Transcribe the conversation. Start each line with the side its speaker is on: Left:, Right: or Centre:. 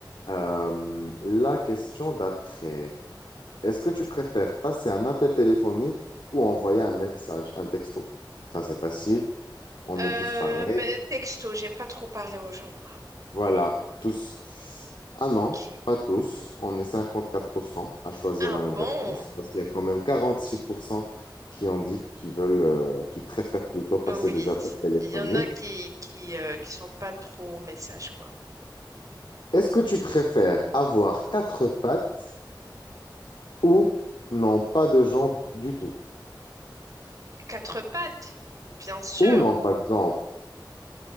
Left: Euh, la question d'après, est-ce que tu préfères passer un appel téléphonique ou envoyer un message, un texto? Ça, c'est facile. On
Right: Euh,
Left: est tous pareils.
Right: mais texto, j'aime pas trop parler aux gens, moi.
Left: Voilà, tous. Ah
Right: Ok.
Left: non, pas tous. On est 54% à choisir
Right: Ah
Left: la
Right: bon?
Left: même réponse parce qu'il y a quand même 46% qui ont dit qu'ils veulent, euh, qu'ils préfèrent plutôt passer
Right: Oh Oui,
Left: des appels téléphoniques.
Right: il y en a qui qui euh, qui sont pas trop messages quoi.
Left: Est-ce que tu préfères avoir quatre pattes ou non pas de jambes du tout?
Right: Quatre pattes, bien sûr.
Left: Ou non pas de jambes.